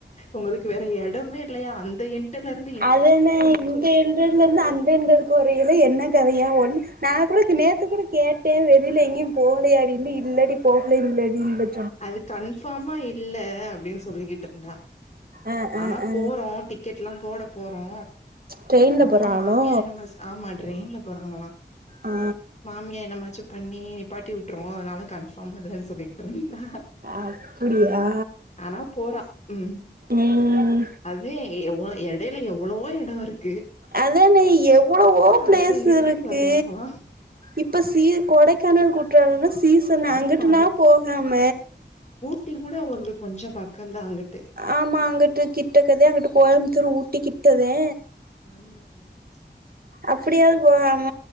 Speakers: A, on the left; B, on the right.
A: உங்களுக்கு வேற எடமே இல்லையா அந்த எண்ட்டுலரு
B: அதன்ன இங்க எண்டர்லேருந்து அந்த எண்டருக்கு வரையில என்ன கதையா ஒன்னு நா கூட நேத்து கூட கேட்டே வெளில எங்கியு போகலையாடின்னு இல்லடி போகலே இல்லடி இல்லடி
A: அது கன்ஃபார்மா இல்ல அப்டின்னு சொல்லிக்கிட்டு இருந்தா
B: ஆ ஆ
A: ஆனா
B: ஆ
A: போறோ டிக்கெட்லா போடப் போறோ
B: ட்ரெயின்ல
A: ஆமா
B: போறாங்களோ
A: மாமியார் என்ன பஸ் ஆமா ட்ரெயின்ல போறாங்களா
B: ஆ
A: மாமியா என்னமாச்சு பண்ணி நிப்பாட்டி உட்டுரு அதனால கன்ஃபார்ம் இல்லன்னு சொல்லிட்டு இருந்தா
B: அப்டியா
A: ஆனா போறா ம்
B: ம்
A: அதே ஒனக் எடையில எவ்வளவோ எடோ இருக்
B: அதானே எவ்வளவோ பிளேஸ்
A: அந்த எண்டுக்கு
B: இருக்கு
A: வர்றாங்களா
B: இப்ப சீ கொடைக்கானல் குற்றாலன்லா சீசனு அங்குட்டுனா
A: ஆமா
B: போகாம
A: ஊட்டி கூட ஒனக்கு கொஞ்ச பக்கந்தா அங்குட்
B: ஆமா அங்குட்டு கிட்டக்கதே அங்குட்டு கோயம்புத்தூர் ஊட்டி கிட்டதே
A: ம்
B: அப்டியாவது போகாம